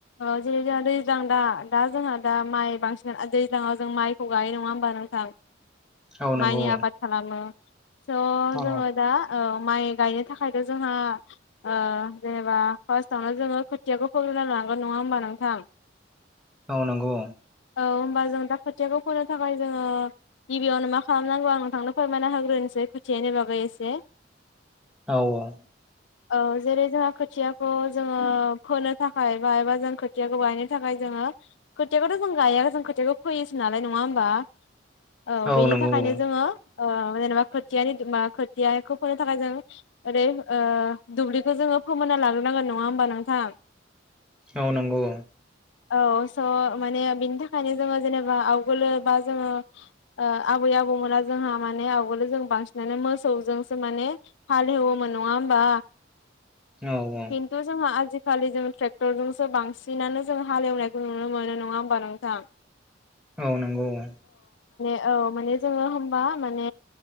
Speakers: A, on the left; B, in the centre.
A: ओ जेरै जोंहा दैज्लां दा दा जोंहा दा माइ बांसिना दैज्लांआव जों माइखौ गायो नङा होमबा नोंथां?
B: <inaudible> नंगौ
A: माइनि आबाद खालामो। स'
B: औ
A: जोंङो दा ओ माइ गायनो थाखायथ' जोंङो ओ जेनेबा फार्स्टआवनोआ जोङो खोथियाखौ फोग्रोना ला गौ नङा होमबा नोंथां?
B: औ नोंगौ।
A: औ होमबा जों दा खोथियाखौ फोनो थाखाय जोङो गिबियावनो मा खालामनांगौ आं नोंथांनो फोरमायना होग्रोनोसै। खोथियानि बागै एसे।
B: औ औ।
A: औ जेरै जोंहा खोथियाखौ जोङो फोनो थाखाय बा एबा जों खोथियाखौ गायनो थाखाय जों ङो खोथियाखौ जों गाया जों खोथिाखौ फैयोसो नालाय नङा होमबा औ
B: औ
A: बेनि
B: नंगौ
A: थाखायनो
B: औ
A: जोङो ओ जेनेबा खोथियानि मा खोथियाखौ फोनो थाखाय जों ओरै दुब्लिखौ जोंङो खौ फोमोनना लाग्रोनांगोन नङा होमबा नोंथां?
B: औ नोंगौ।
A: औ स' माने बिनि थाखायनो जोङो जेनेबा आवगोलो बा जोङो ओ आबै आबौमोना जोंहा माने नै आवगोलो जों बांसिनानै मोसौजोंसो माने हालेवोमोन नङा होमबा?
B: औ औ
A: खिथु जोंङा आजि खालि जों ट्रेक्टरजोंसो बांसिनानो जों हालेवनायखौ नुनो मोनो नङा होमबा नोंथां?
B: औ नोंगौ औ।
A: औ माने जोङो होनबा माने